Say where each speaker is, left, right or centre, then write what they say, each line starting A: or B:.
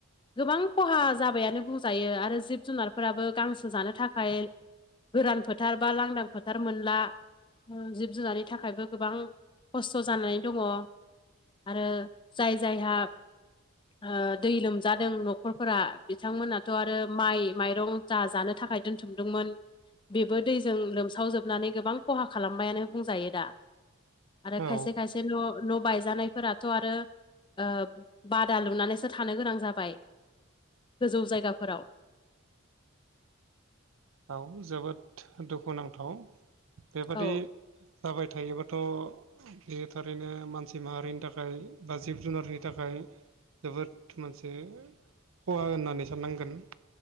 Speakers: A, on the left (about 20°); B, on the right (about 70°).
A: गोबां खहा जाबायानो बुंजायो आरो जिब जुनारफोराबो गांसो जानो थाखाय गोरान फोथार बा लांदां फोथार मोनला। जिब जुनारनि थाखायबो गोबां खस्थ' जानाय दङ आरो जाय जायहा ओ दै लोमजादों न'खरफोरा बिथांमोनाथ' आरो माइ माइरं जा जानो थाखाय दोनथुमदोंमोन बेबो दैजों लोमसावजोब नानै गोबां खहा खालामबायानो बुंजायो दा आरो
B: औ
A: खायसे खायस न' न' बायजानायफोराथ' आरो ओ बादा लुनानैसो थानो गोनां जाबाय गोजौ जायगाफोराव।
B: औ जोबोद दुखुुनांथाव बेबादि
A: औ
B: जाबाय थायोबाथ' बे थारैनो मानसि माहारिनि थाखाय बा जिब जुनारनि थाखाय जोबोद मोनसे खहा होननानै साननांगोन।